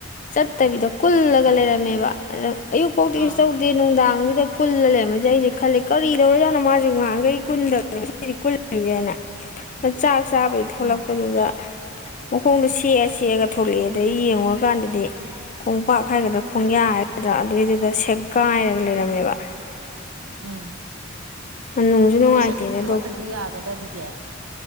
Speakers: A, on the left; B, on the right.
A: ꯆꯠꯇꯕꯤꯗꯣ ꯀꯨꯜꯂꯒ ꯂꯩꯔꯝꯃꯦꯕ ꯑꯗ ꯑꯌꯨꯛ ꯀꯧꯗꯤꯤꯁꯨ
B: ꯑꯥ
A: ꯇꯧꯗꯦ ꯅꯨꯡꯗꯥꯡꯁꯤ ꯐꯨꯜꯂ ꯂꯦ ꯃꯖ ꯈꯜꯂꯤꯦ ꯀꯔꯤꯗꯧꯔꯖꯥꯅꯣ ꯃꯥꯁꯦ ꯉꯍꯥꯡꯈꯩ ꯀꯨꯟꯗꯕꯅꯤ ꯁꯤꯗꯤ ꯀꯨꯜꯂꯤꯁꯦꯅ ꯆ ꯆꯥꯕꯩ ꯊꯣꯛꯂꯛꯄꯗꯨꯗ
B: ꯎꯝ
A: ꯃꯈꯣꯡꯗꯣ ꯁꯦꯛꯑ ꯁꯦꯛꯑꯒ ꯊꯣꯛꯂꯛꯑꯦ ꯑꯗꯨꯗ ꯌꯦꯡꯉꯨꯔꯀꯥꯟꯗꯗꯤ ꯈꯣꯡꯄꯥꯛ ꯍꯥꯏꯒꯗ꯭ꯔꯥ ꯈꯣꯡꯌꯥ ꯍꯥꯏꯒꯗ꯭ꯔꯥ ꯑꯗꯨꯏꯗꯨꯗ ꯁꯦꯛꯒꯥꯏꯔꯒ ꯂꯩꯔꯝꯃꯦꯕ
B: ꯎꯝ
A: ꯅꯨꯡꯁꯨ ꯅꯨꯡꯉꯥꯏꯇꯦꯗ
B: ꯑꯁ ꯑꯗꯨꯗꯤ ꯄꯣꯠꯇꯗꯤ
A: ꯗꯣꯛꯇꯔ
B: ꯌꯥꯒꯗ꯭ꯔ ꯑꯗꯨꯗꯤ ꯀꯌꯥ